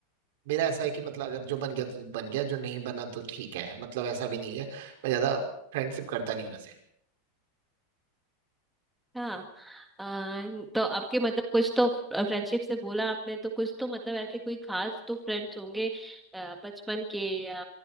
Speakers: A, on the right (about 60°); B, in the centre.
A: मेरा ऐसा है कि मतलब अगर जो बन गया तो बन गया जो नहीं बना तो ठीक है मतलब ऐसा भी नहीं है मैं ज्यादा फ्रेंडशिप करता नहीं हूँ वैसे
B: हाँ अ, तो आपके मतलब कुछ तो फ्रेंडशिप से बोला आपने तो कुछ तो मतलब ऐसे कोई खास तो फ्रेंड्स होंगे अ, बचपन के या